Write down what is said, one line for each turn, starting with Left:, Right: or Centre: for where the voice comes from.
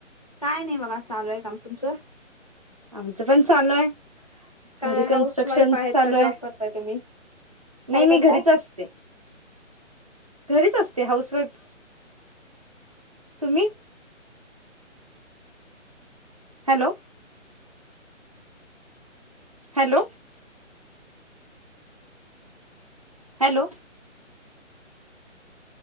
Left: काय नाही बघा चालू आहे काम तुमचं
Right: आमचं पण चालू आहे
Left: काय
Right: घरी कन्स्ट्रक्शन
Left: हाऊस वाईफ आहेत
Right: चालू
Left: का
Right: आहे
Left: जॉब करताय तुम्ही
Right: नाही
Left: काय
Right: मी
Left: करताय
Right: घरीच असते घरीच असते हाऊसवाईफ तुम्ही hello hello hello